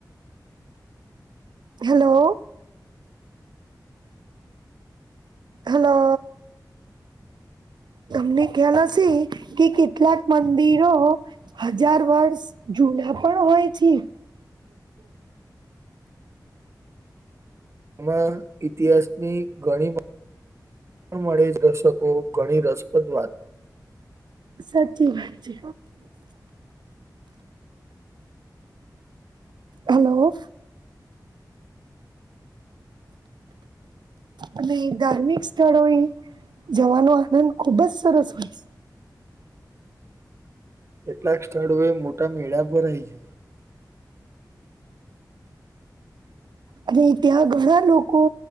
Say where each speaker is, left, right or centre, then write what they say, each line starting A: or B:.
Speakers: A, on the right; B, on the right.
A: હેલો હલો તમને ખ્યાલ હશે કે કેટલાક મંદિરો હજાર વર્ષ જો ચૂલા પણ હોય છે
B: એ છે <unintelligible> આમાં ઇતિહાસની ઘણી પણ મળે જ દર્શકો ઘણી રસપ્રદ વાત
A: સાચી વાત છે હલો
B: <inaudible>
A: અને ધાર્મિક સ્થળો એ જવાનો આનંદ ખુબ જ સરસ હોય
B: કેટલાક સ્થળો એ મોટા મેળા ભરાય છે
A: અને ત્યાં ઘણા લોકો